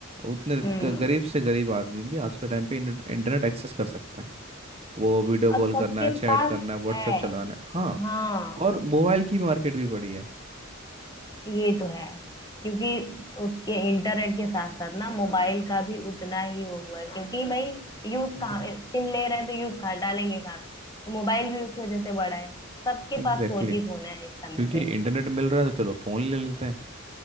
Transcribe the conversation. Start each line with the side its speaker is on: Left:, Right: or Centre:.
Right: उतने
Left: हम्म
Right: ग- गरीब से गरीब आदमी भी आज के टाइम पे इंटरनेट एक्सेस कर सकता है वो वीडियो
Left: और
Right: कॉल
Left: सबके
Right: करना है चैट
Left: पास
Right: करना है व्हाट्सएप
Left: है
Right: चलाना है हाँ
Left: हाँ
Right: और मोबाइल की मार्केट भी बड़ी है
Left: ये तो है क्योंकि उसके इंटरनेट के साथ साथ ना मोबाइल का भी उतना ही वो हुआ है क्योंकि भाई यूज कहाँ
Right: तो
Left: सिम ले रहे हैं तो यूज कहाँ डालेंगे कहाँ तो मोबाइल भी उस वजह से बड़ा है सबके
Right: Exactly
Left: पास फोर जी
Right: exactly.
Left: फोन है इस समय
Right: क्योंकि
Left: पे
Right: इंटरनेट मिल रहा है तो चलो फ़ोन ले लेते हैं